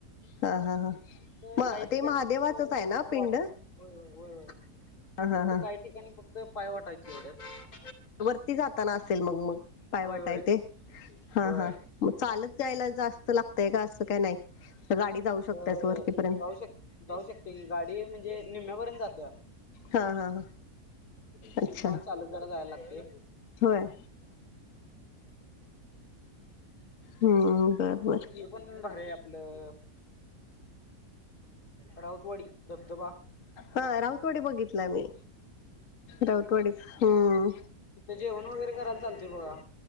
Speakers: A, on the left; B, on the left.
A: हा हा हा.
B: फक्त
A: म
B: काही ठिकाणी
A: ते महादेवाचच
B: फक्त काय
A: आहे ना पिंड?
B: वाटा
A: हा
B: ये होय होय फक्त
A: हा
B: काही
A: हा.
B: काही ठिकाणी फक्त पाय वाटा आहेत तेवढ्याच
A: वरती जाताना असेल मग मग पाय
B: होय
A: वाट
B: होय.
A: आहे ते हा
B: होय.
A: हा. मग चालत जायला जास्त लागतय का असं काय नाही गाडी जाऊ शकतास
B: अ
A: वरती पर्यंत
B: जाऊ शक जाऊ शकते की गाडी म्हणजे निम्म्यापर्यंत जातेया.
A: हा हा हा.
B: तिथन
A: अच्छा
B: मग चालत जरा जायला लागते
A: होय हम्म.
B: <unintelligible>
A: बर बर
B: पण भार आहे आपलं राऊतवाडी धबधबा.
A: हा राऊतवाडी बघितला मी राऊतवाडी हम्म.
B: तिथे जेवण वगैरे कराला चालतय बघा.